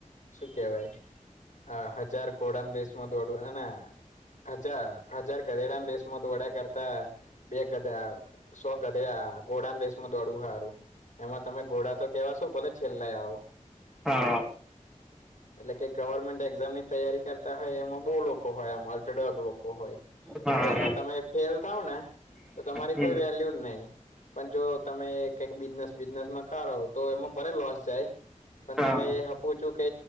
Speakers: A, on the left; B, in the centre.
A: શું કેવાય હજાર ઘોડાન રેેશમાં દોડું અને હજ હજાર ગધેડા રેશમાં તો દોડ્યા કરતા. બે ગધા સો ગધે ગોડાન રેસમાં દોડવું સારું. એમાં તમે ઘોડા તો કેવા છો ભલે છેલ્લા આવો.
B: હા.
A: એટલે કે ગવર્મેન્ટ એક્ઝામ ની તૈયારી. કરતા હોય એમાં બહુ લોકો હોય એમાં અઢડક લોકો હોય
B: હા
A: તો એમાં
B: હા
A: તમે ફેલ થાવ ને. તો તમારી
B: હમ
A: કોઈ વેલ્યુ જ નહી. પણ જો તમે કઈક બિઝનેસ વિઝનેસમાં કરો તો એમાં ભરેલો હસે. પણ
B: હા
A: તમે પૂછું કે